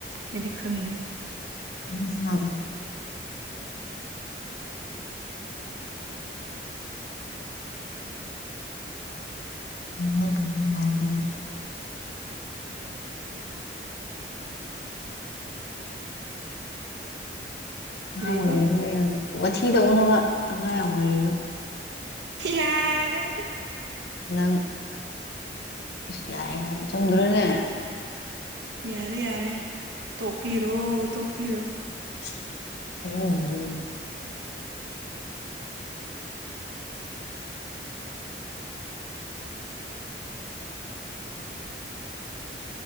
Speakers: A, on the right; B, on the left.
A: ꯑꯩꯗꯤ ꯈꯪꯗꯦ
B: <inaudible> <inaudible>
A: ꯀꯔꯤꯕ
B: <unintelligible> ꯃꯊꯤ ꯇꯧꯒꯅꯣꯕ ꯑꯉꯥꯡ ꯌꯥꯝ ꯑꯣꯏꯔꯤꯕ
A: ꯌꯥꯔꯦ
B: ꯅꯪ ꯏꯁ ꯌꯥꯔꯦ ꯍꯥꯏ ꯆꯨꯝꯗ꯭ꯔꯣꯅꯦ
A: ꯌꯥꯔꯦ ꯌꯥꯔꯦ ꯇꯣꯛꯄꯤꯔꯣ ꯇꯣꯛꯄꯤꯔꯣ
B: ꯎꯝ ꯎꯝ